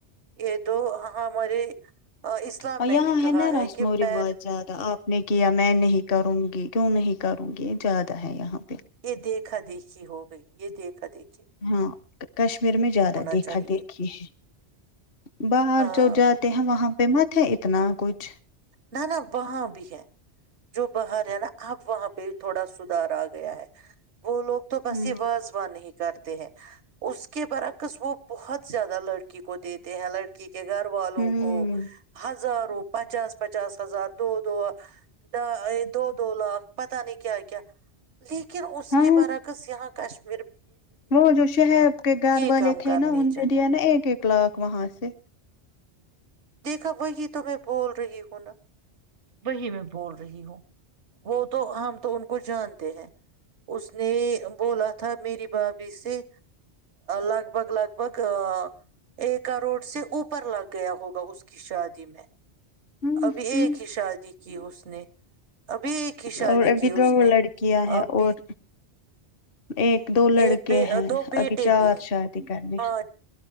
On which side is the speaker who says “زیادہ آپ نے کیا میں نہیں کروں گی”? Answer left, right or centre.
Left